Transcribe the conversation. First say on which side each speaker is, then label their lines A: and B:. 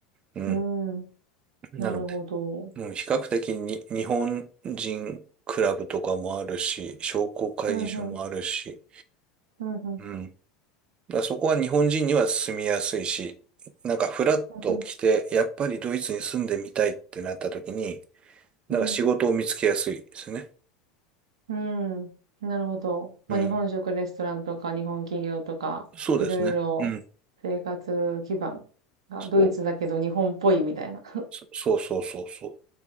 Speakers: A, on the right (about 35°); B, on the right (about 75°).
A: うん。
B: うん。うん。
A: なので、
B: なるほど。
A: もうん比較的に日本人クラブとかもあるし、商工会議所もあるし、
B: うん、うん。うん、うん。
A: うん。だからそこは日本人には住みやすいし、なんかフラッと来て、
B: うん、
A: やっぱりドイツに住んでみたいってなった時に、なんか仕事を見つけやすいですね。
B: うん。うん。なるほど。まあ、
A: うん。
B: 日本食レストランとか、日本企業とか、
A: そうですね。
B: いろいろ生活基盤がドイツだけど日本っぽいみたいな。
A: うん。そう。そそうそうそうそう。